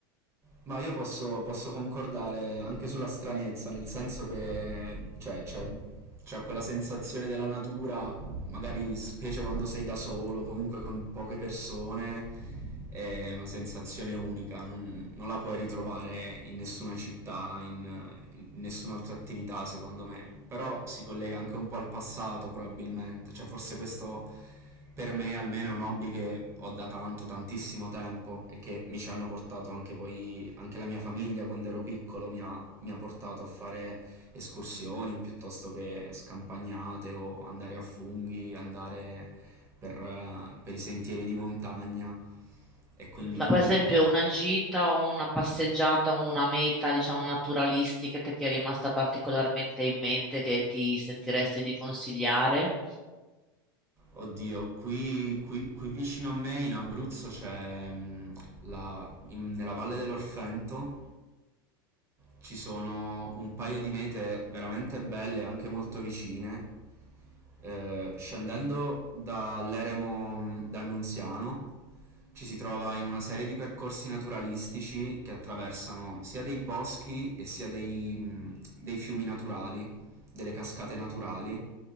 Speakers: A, on the right; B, in the centre.
A: Ma io posso, posso concordare anche sulla stranezza, nel senso che cioè, c'è, c'è quella sensazione della natura magari specie quando sei da solo, comunque con poche persone, è una sensazione unica, non, non la puoi ritrovare in nessuna città, in, in nessun'altra attività secondo me, però si collega anche un po' al passato probabilmente, cioè forse questo per me almeno è un hobby che ho da tanto, tantissimo tempo e che mi ci hanno portato anche poi, anche la mia famiglia quando ero piccolo mi ha, mi ha portato a fare escursioni piuttosto che scampagnate o andare a funghi, andare per, per i sentieri di montagna e quindi
B: Mm, Ma per esempio una gita o una passeggiata o una meta, diciamo, naturalistica che ti è rimasta particolarmente in mente, che ti sentiresti di consigliare?
A: oddio qui, qui, qui vicino a me in Abruzzo c'è mh, la- in- nella valle dell'Orfento ci sono un paio di mete veramente belle, anche molto vicine. Eh, scendendo dall'eremo d'Annunziano ci si trova in una serie di percorsi naturalistici che attraversano sia dei boschi e sia dei, mh, dei fiumi naturali, delle cascate naturali.